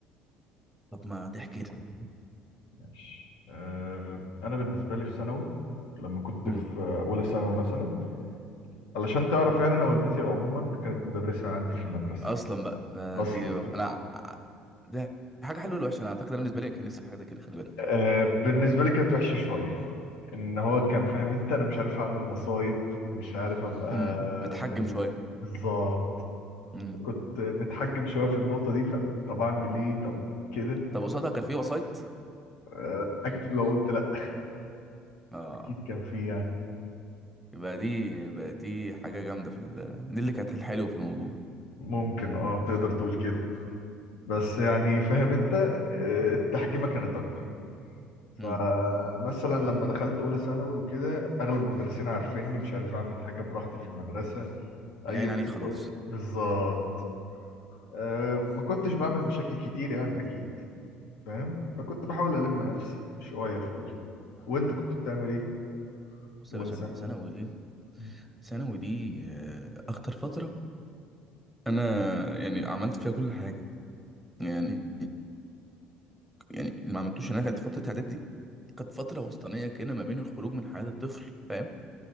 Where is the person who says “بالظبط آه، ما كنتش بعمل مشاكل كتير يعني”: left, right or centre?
Left